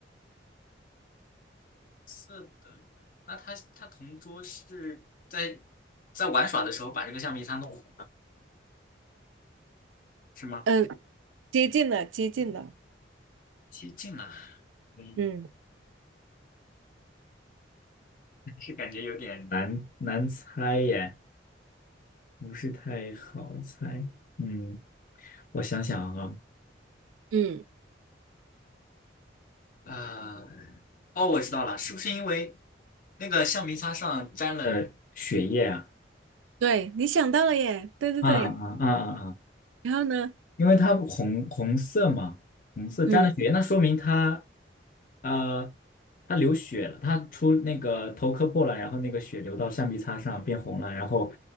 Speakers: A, on the left; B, on the right.
A: 是的，那他他同桌是在在玩耍的时候把这个橡皮擦弄。是吗？
B: 呃，接近了，接近了，
A: 接近了，嗯，
B: 嗯
A: 是感觉有点难难猜耶，不是太好猜。嗯，我想想啊，
B: 嗯，
A: 啊、哦，我知道了，是不是因为那个橡皮擦上沾了？血液？
B: 对，你想到了耶，对对对，
A: 啊啊啊啊啊！
B: 然后呢？
A: 因为它红红色嘛，红色沾了血，
B: 嗯，
A: 那说明它，呃，它流血了，它出那个头磕破了，然后那个血流到橡皮擦上变红了，然后